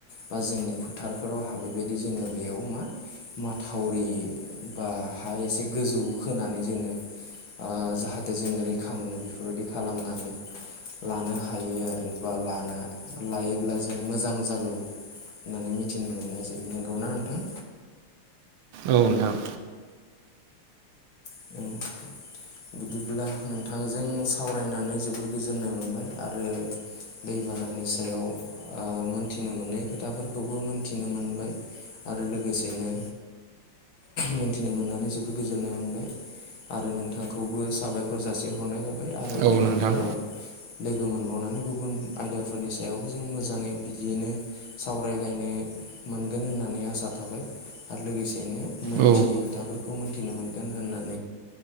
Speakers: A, on the left (about 65°); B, on the right (about 75°).
A: बा जोंनि फोथारफोराव हाबैबायदि जोङो बेयाव मा माथावरि बा हा एसे गोजौ होनानै जोङो ओ जाहाथे जोंङ रैखा मोनो बेफोरबायदि खालामनानै। लानो हायो आरो बा ला। आ लायोब्ला जों मोजां जागौ होननानै मिथिनो मोननाय जायो नंगौना नोंथां।
B: औ नोंथां।
A: <inaudible> बिदिब्ला नोंथांजों सावरायनानै जोबोर गोजोननाय मोनबाय आरो दैबानानि सायाव ओ मोनथिनो मोनै खोथाफोरखौबो मोनथिनो मोनबाय। आरो लोगोसेनो मोन्थिनो मोननानै जोबोर गोजोननाय मोनबाय। आरो नोंथांखौबो साबायखर जासि हरनाय जाबाय आरो
B: औ
A: इयुनफोराव
B: नोंथां
A: लोगो मोनबावनानै गुबुन आयदाफोरनि सायावबो जों मोजाङै बिदियैनो सावरायलायनो मोनगोन होननानै आसा थाबाय आरो लोगोसेयैनो मोनथियै
B: औ
A: खोथाफोरखौ मोनथिनो मोनगोन होननानै